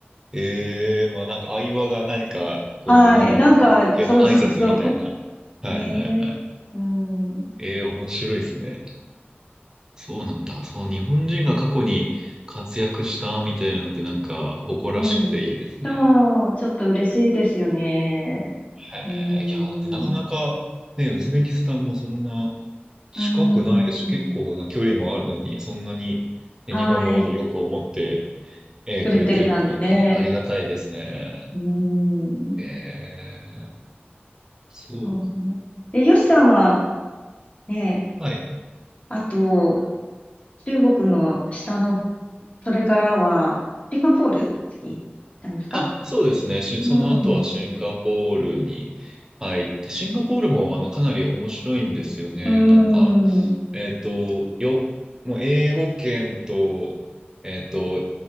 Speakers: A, on the right; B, on the left.
A: ええ、まあなんか相場が何か、こう、
B: はい。
A: 日本人向けの挨拶みたいな。
B: なんか、そうそうそ
A: はいはいはい。
B: う。ねえ。うん。
A: ええ、面白いですね。そうなんだ。そう、日本人が過去に活躍したみたいなのってなんか誇らしくていいですね。
B: うん。そう、ちょっと嬉しいですよね。
A: へえ、
B: うん。
A: いや、だってなかなか、ね、ウズベキスタンもそんな、近くないです。
B: うん。
A: 結構な距離もあるのに、そんなにね日本のことよく思って、
B: はい。
A: えーくれてるのはあり、
B: くれてるなんでね。
A: ありがたいですね。
B: うん。
A: えー、そう。
B: うんえ、よしさんはね、
A: はい。
B: あと、中国の下の、それからは、シンガポール次、行ったんですか
A: あ、そうですね。しその後はシンガポールに入って、
B: うん。
A: シンガポールもあのかなり面白いんですよね。
B: うん。
A: なんか、えっと、よ、もう英語圏と、えっと、